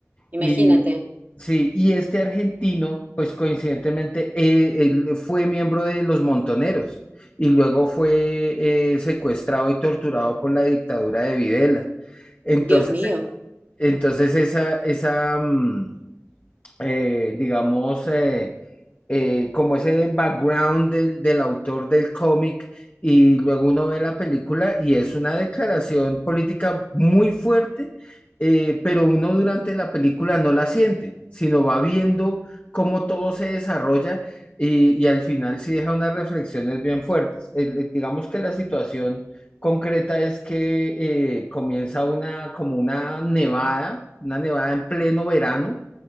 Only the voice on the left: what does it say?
Y, Sí, y este argentino, pues coincidentemente, eh, él fue miembro de los Montoneros y luego fue eh, secuestrado y torturado por la dictadura de Videla. Entonces
entonces esa, esa, mm, eh, digamos, eh, eh, como ese background del, del autor del cómic y luego uno ve la película y es una declaración política muy fuerte, eh, pero uno durante la película no la siente, sino va viendo cómo todo se desarrolla y, y al final sí deja unas reflexiones bien fuertes. El- el- digamos que la situación concreta es que eh, comienza una, como una nevada, una nevada en pleno verano.